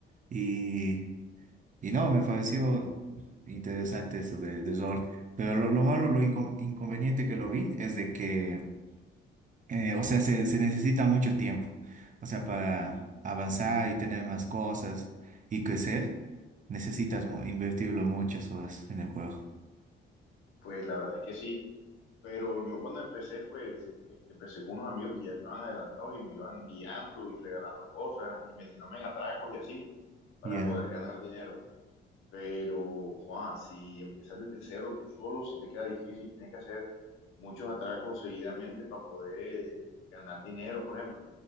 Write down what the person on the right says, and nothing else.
y y no, me pareció interesante eso de, de Zord. Pero lo, lo malo, lo inco- inconveniente que lo vi es de que, eh, o sea, se, se necesita mucho tiempo. O sea, para avanzar y tener más cosas y crecer, necesitas mu- invertirlo muchas horas en el juego.
Ya.